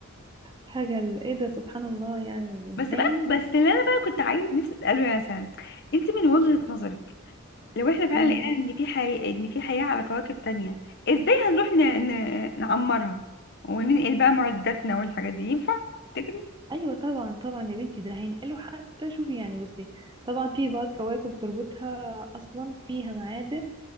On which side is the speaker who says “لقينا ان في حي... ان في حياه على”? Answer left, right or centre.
Left